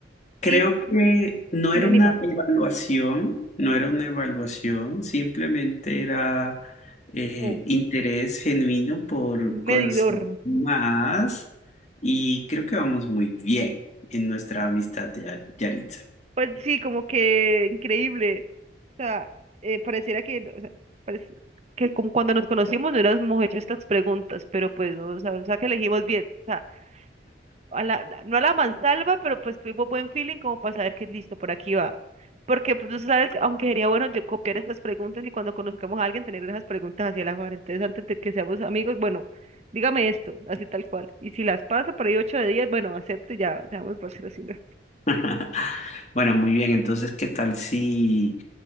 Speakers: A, on the left; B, on the right.
A: Creo
B: sí,
A: que no
B: en
A: era
B: animales,
A: una evaluación, no era una evaluación, simplemente era eh,
B: como
A: interés genuino por
B: un medidor.
A: conocer más y creo que vamos muy bien en nuestra amistad, Ya- Yaritza.
B: Pues sí, como que increíble. O sea, eh, pareciera que, no, o sea, parece- que como cuando nos conocimos no hubiéramos hecho estas preguntas, pero pues, no, o sea, o sea que elegimos bien. O sea, a la- no a la mansalva, pero pues tuvimos buen feeling como para saber que listo, por aquí va. Porque, pues, tú sabes, aunque sería bueno yo copiar estas preguntas y cuando conozcamos a alguien tener esas preguntas hacia la mano. Entonces, antes de que seamos amigos, bueno, dígame esto, así tal cual. Y si las pasa por ahí ocho de diez bueno, acepto y ya, seamos por ser así. ¿no?
A: <laughs> Bueno, muy bien, entonces, ¿qué tal si